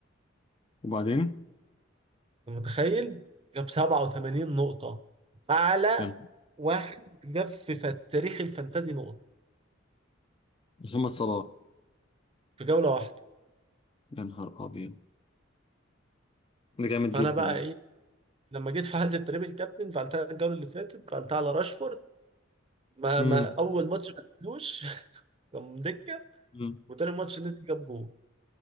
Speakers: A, on the left; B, on the right.
A: وبعدين
B: أنت متخيل جاب 87 نقطة اعلى
A: يعني
B: واحد جاب في ف- تاريخ الفانتازي نقط
A: محمد صلاح
B: في جولة واحدة
A: يا نهار ابيض ده جامد
B: فانا
A: جدا
B: بقى
A: ده
B: ايه لما جيت فعلت التريبل كابتن فعلتها الجولة اللي فاتت فعلتها على راشفورد ما
A: امم
B: ما اول ماتش ما نزلوش <laughs> كان دكه
A: امم
B: وتاني ماتش نزل جاب جول